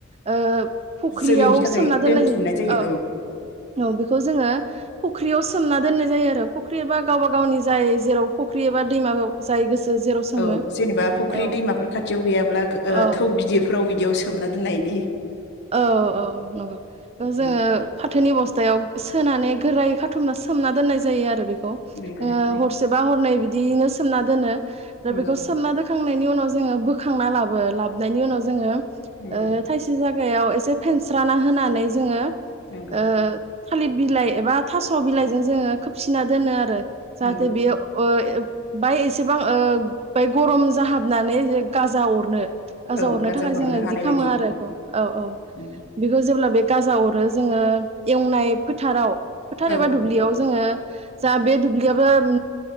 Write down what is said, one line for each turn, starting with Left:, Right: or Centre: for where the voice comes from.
Right: ओ फुख्रियाव
Left: जोलैनि थाखाय
Right: सोमना दोननाय
Left: दोनथुमनाय जायो
Right: औ औ बेखौ जोङो फुख्रियाव सोमना दोननाय जायो फुख्रि एबा गावबा गावनि जाय जेराव फुख्रि एबा दैमा जाय गोसो जेराव सोमो
Left: औ जेनेबा फुख्रि
Right: औ
Left: दैमाफोर खाथियाव गैयाब्ला
Right: औ
Left: ओ थौ गिदिर फ्राव बिदियाव सोमना नायदि
Right: औ औ नंगौ जोङो
Left: उम
Right: फाथोनि बस्थायाव सोनानै गोरायै खाथुमना सोमना दोननाय जायो आरो बेखौ। ओ
Left: नंगौ उम
Right: हरसेबा हरनै बि बिदियैनो सोमना दोनो दा
Left: नंगौ
Right: बेखौ सोमनाख खांनायनि उनाव जोङो बोखांना लाबो लाबनायनि उनाव जोङो ओ
Left: नंगौ
Right: थाइसे जा गाहागायाव एसे फेनस्राना होनानै जोङो
Left: नंगौ
Right: ओ थालिर बिलाइ एबा थास बिलाइजों जोङो खोबसिना दोनो आरो जाहाथे
Left: नंगौ नोंथां
Right: बेयो <unintelligible> बाय एसेबां ओ बाय गरम जाहाबनानै गाजा अरनो गाजाव
Left: औ
Right: हरनो
Left: गाजा
Right: थाखाय जोङो बिदि
Left: हानाय
Right: खालामो
Left: बायदि
Right: आरो बेखौ औ औ
Left: नंगौ
Right: बेखौ जों जेब्ला बे गाजा अरो जोङो एवनाय फोथाराव फोथार
Left: औ
Right: एबा दुब्लियाव जोङो जा बे दुब्लियाबो ओम